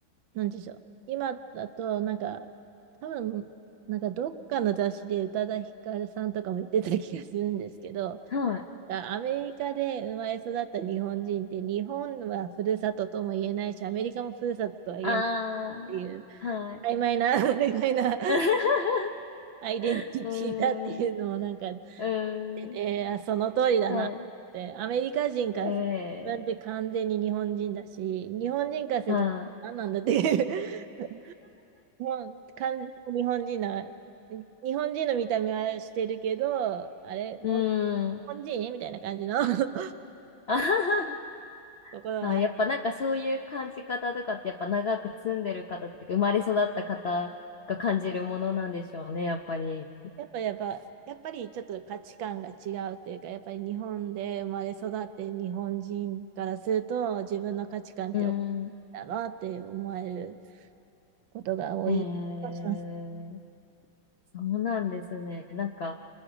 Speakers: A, on the right (about 75°); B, on the left (about 65°).
A: なんでしょう。今だと、なんか、多分、なんかどっかの雑誌で宇多田ヒカルさんとかも言ってた気がするんですけど、
B: はい。
A: アメリカで生まれ育った日本人って、日本はふるさととも言えないし、アメリカもふるさととは言えないっ
B: あ
A: ていう、
B: あ、はい。
A: 曖昧な <laughs>、曖昧な
B: <laughs>
A: アイデンティティだっていうのをなんか、
B: うーん、うーん、
A: えーあ、その通りだなって、
B: は
A: アメリカ人からすると、
B: い。
A: 自分って完全に日本人だし、
B: え
A: 日本人からすると、
B: ー、はい。
A: 何なんだっていう、<laughs> もう完全に日本人な、日本人の見た目はしてるけど、あれ、
B: うーん。
A: ほん日本人みたいな感じの <laughs>
B: あはは
A: ところが
B: あー、やっぱなんかそういう感じ方とかってやっぱ長く住んでる方とか生まれ育った方が感じるものなんでしょうね、やっぱり。
A: やっぱやっぱ、やっぱりちょっと価値観が違うっていうか、やっぱり日本で生まれ育って日本人からすると自分の価値観って大きい
B: うん。
A: だなって思われることが多い気がします。
B: えー、そうなんですね。なんか